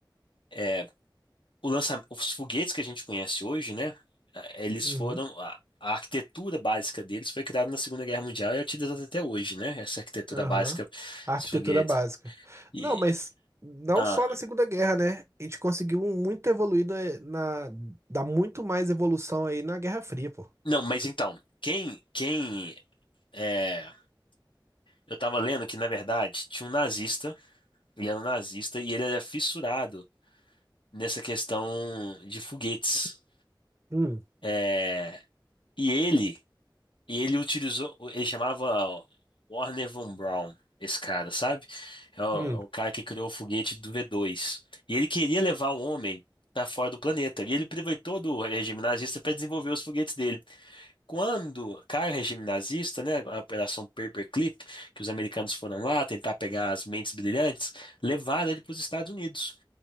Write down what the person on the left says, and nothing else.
é, o lançamento, os foguetes que a gente conhece hoje, né? eh, Eles
foram a, a arquitetura básica deles foi criada na Segunda Guerra Mundial e é utilizada até hoje, né? Essa arquitetura
básica,
esse foguete.
E,
ah,
não, mas então, quem, quem é, eu estava lendo que na verdade tinha um nazista, ele era um nazista e ele era fissurado nessa questão de foguetes.
é e ele E ele utilizou, ele chamava Warner von Braun, esse cara, sabe? É o,
é o cara que criou o foguete do V2. E ele queria levar o homem para fora do planeta. E ele aproveitou do regime nazista para desenvolver os foguetes dele. Quando cai o regime nazista, né, a Operação Paperclip, que os americanos foram lá tentar pegar as mentes brilhantes, levaram ele para os Estados Unidos.